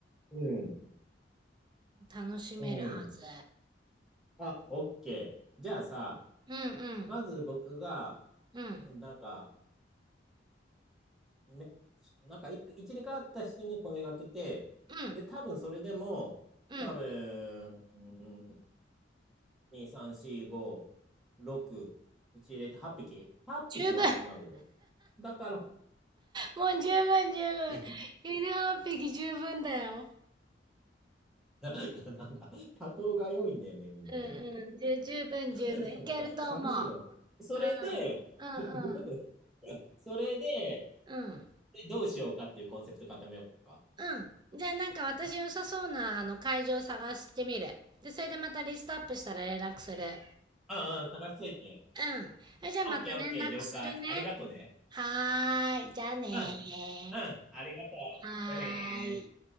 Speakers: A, in the centre; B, on the right.
A: うん、
B: 楽しめるはず。
A: うん。あ、オッケー。じゃあさ、
B: うんうん、
A: まず僕が、
B: うん、
A: うんなんか、めなんか一、一、二回会った人に声がけて、
B: うん、
A: で、多分それでも、
B: うん。
A: 多分、うん2、3、4、5、6、うち入れて8匹 ?8 匹はっぴきは集まるよ。
B: 十分、
A: だから、
B: もう十分、十分。
A: え
B: 犬8匹十分だよ。
A: <laughs> なんか、多頭が良いんだよね、みんな。
B: うんうん、十、十分、
A: <laughs>
B: 十分。いけると思う。
A: 寂しいのが。それで、
B: うん、うん、
A: 自分で
B: うん、
A: それで、
B: うん、
A: で、どうしようかっていうコンセプト固めようか。
B: うん。じゃあなんか私良さそうなあの会場探してみる。で、それでまたリストアップしたら連絡する。
A: うんうん、探しといて。
B: うん。それじゃあまた連絡するね。
A: オッケーオッケー、了解。ありがとね。
B: はーい。じゃあねー。
A: うん。うん、ありがとう。
B: はーい。
A: じゃあねー。